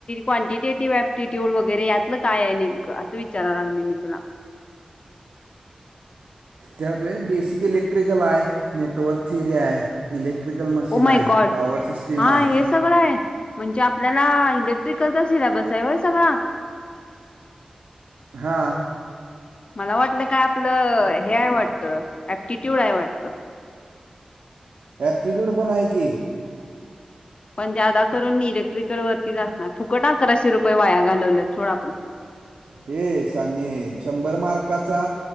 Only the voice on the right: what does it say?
त्यात बेसिक इलेक्ट्रिकल आहे नेटवर्क त र आहे electrical machine
आहे
पॉवर सिस्टीम
आहेत.
हा.
एऍक्टिट्यूड पणय की.
येशहाणेशंभर मार्काचा